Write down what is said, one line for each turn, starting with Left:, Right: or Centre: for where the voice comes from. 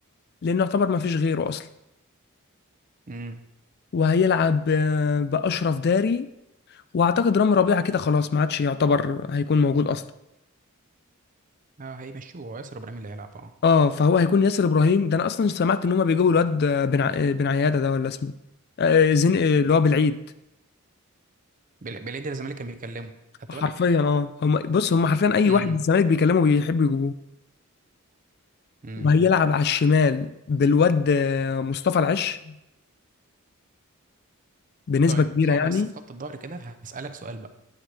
Left: لانه يعتبر ما فيش غيره اصلا
Right: امم
Left: وهيلعب آه، باشرف داري واعتقد رامي ربيعه كده خلاص ما عادش يعتبر هيكون موجود اصلا
Right: اه هيمشوه هو ياسر ابراهيم اللي هيلعب اه
Left: اه فهو هيكون ياسر ابراهيم ده انا اصلا سمعت ان هما بيجيبوا الواد بن ع- بن عياده ده ولا اسمه آه، زين آه، اللي هو بالعيد
Right: بال- بالعيد الزمالك كان بيكلمه خدت
Left: حرفيا
Right: بالك
Left: اه هم بص هم حرفيا اي
Right: امم
Left: واحد من الزمالك بيكلمه بيحبوا يجيبوه
Right: امم
Left: وهيلعب على الشمال بالواد آه، مصطفى العش بنسبه
Right: طيب
Left: كبيره
Right: نقف
Left: يعني
Right: بس في خط الظهر كده هسألك سؤال بقى